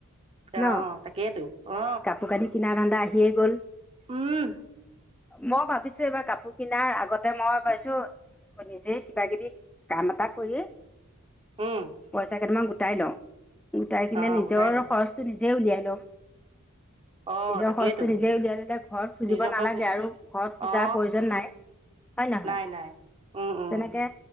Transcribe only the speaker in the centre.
ন
কাপোৰ কানি কিনা ধান্দা আহি আহিয়েই গ'ল
মই ভাবিছো এইবাৰ কাপোৰ কিনাৰ আগতে মই ভাবিছো নিজেই কিবা কিবি কাম এটা কৰি
পইচা কেইটামান গোট গোটাই লঁও গোটাই কিনে
নিজৰ
খৰচটো নিজে নিজ উলিয়ালম
নিজৰ
খৰচটো নিজে উলিয়াই দিলে ঘৰত খুজিব
নালাগে
আৰু ঘৰত খোজাৰ
প্ৰয়োজন নাই হয় নহয়
তেনেকে